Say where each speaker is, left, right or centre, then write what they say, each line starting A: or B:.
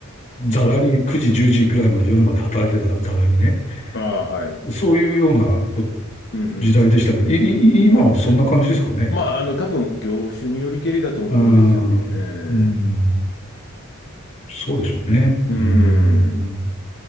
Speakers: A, on the left (about 35°); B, on the left (about 55°).
A: う。ざらに9時、10時ぐらいまで夜まで働いてたざらにね。
B: ああ、はい。
A: そういうようなこ
B: うん
A: 時代でしたけど、い、い今もそんな感じですかね。
B: うん。あ、まあ、あの、多分、業種によりけりだと思うんですよね。
A: うーん、
B: うん。
A: うーん、そうでしょうね。
B: うん。
A: うーん。